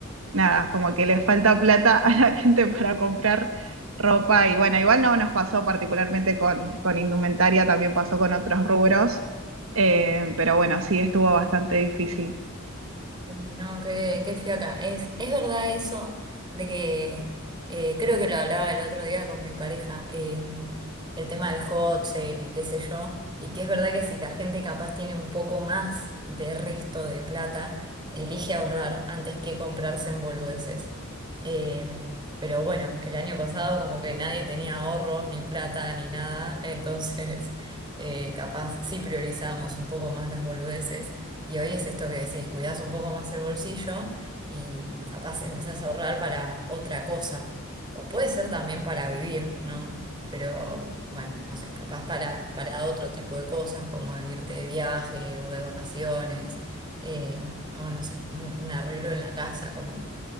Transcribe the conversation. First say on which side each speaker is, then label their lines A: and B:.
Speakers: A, on the right; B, on the right.
A: nada, como que les falta plata a la gente para comprar ropa y bueno, igual no nos pasó particularmente con, con indumentaria, también pasó con otros rubros, eh, pero bueno, sí estuvo bastante difícil.
B: No, qué, qué fiaca. Es, es verdad eso de que eh, creo que lo hablaba el otro día con mi pareja, eh, el tema del hot sale y qué sé yo, y que es verdad que si la gente capaz tiene un poco más de resto de plata, elige ahorrar antes que comprarse en boludeces. Eh, pero bueno, el año pasado como que nadie tenía ahorros, ni plata, ni nada, entonces <laughs> eh, capaz sí priorizábamos un poco más las boludeces. Y hoy es esto que decís, cuidás un poco más el bolsillo y, y capaz empezás a ahorrar para otra cosa. O puede ser también para vivir, ¿no? Pero bueno, no sé, capaz para, para otro tipo de cosas como irte de viaje o de vacaciones, eh, o no sé, un, un arreglo en la casa, como